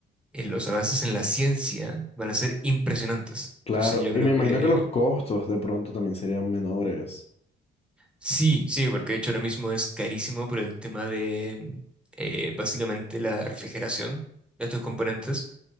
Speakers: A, in the centre; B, on the left.
A: eh, los avances en la ciencia van a ser impresionantes.
B: Claro,
A: Entonces yo
B: y
A: creo
B: me imagino
A: que
B: que los costos de pronto también serían menores.
A: sí, sí, porque de hecho ahora mismo es carísimo por el tema de eh, básicamente la refrigeración de estos componentes